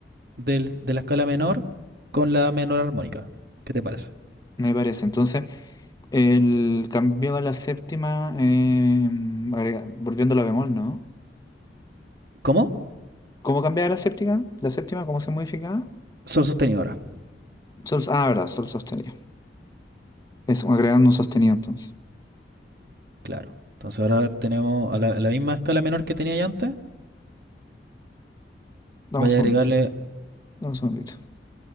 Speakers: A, on the right (about 55°); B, on the left (about 20°).
A: del- de la escala menor con la menor armónica. ¿Qué te parece?
B: Me parece. Entonces, el cambiaba la séptima, eh, agrega- volviendo a la bemol, ¿no?
A: ¿Cómo?
B: ¿Cómo cambiaba la séptima? ¿La séptima cómo se modificaba?
A: Sol sostenido ahora.
B: Sol, ah, verdad, sol sostenido. Es agregando un sostenido entonces.
A: Claro. Entonces ahora tenemos a la, a la misma escala menor que tenía ya antes.
B: Dame
A: Vaya
B: un segundito,
A: a agregarle,
B: dame un segundito.